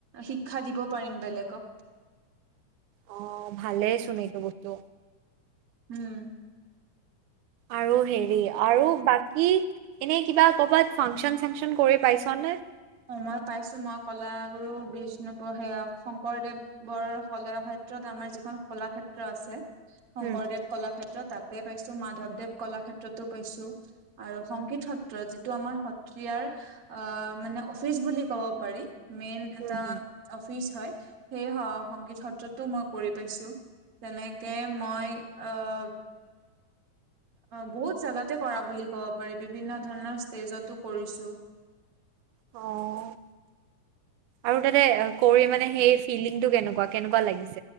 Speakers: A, on the right; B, on the right.
A: শিক্ষা দিব পাৰিম বেলেগক।
B: অ, ভালেই চোন এইটো বস্তু।
A: উম,
B: আৰু হেৰি আৰু বাক কি এনে কিবা কৰবাত ফাংচন-চাংচন কৰি পাইছ নে?
A: অ, মই পাইছো মই কলাগুৰু বিষ্ণুপ সেয়া শংকৰদেৱ বৰ সলা ক্ষেত্ৰত আমাৰ যিখন কলাক্ষেত্ৰ আছে শংকৰদেৱ
B: উম
A: কলাক্ষেত্ৰ তাত তাতে পাইছো মাধৱ দেৱ কলাক্ষেত্ৰতো পাইছো আৰু সংগীত সত্ৰ যিটো আমাৰ সত্ৰিয়াৰ অ মানে অফিচ বুলি ক'ব পাৰি মেন
B: হুম
A: এটা
B: হুম
A: অফিচ হয়। সেই সংগীত সত্ৰতো মই কৰি পাইছো। তেনেকে মই আহ। অ', বহুত জাগাতে কৰা বুলি ক'ব পাৰি বিভিন্ন ধৰণৰ ষ্টেজতো কৰিছো।
B: অ'। আৰু তাতে কৰি মানে সেই ফিলিং টো কেনেকুৱা কেনেকুৱা লাগিছে?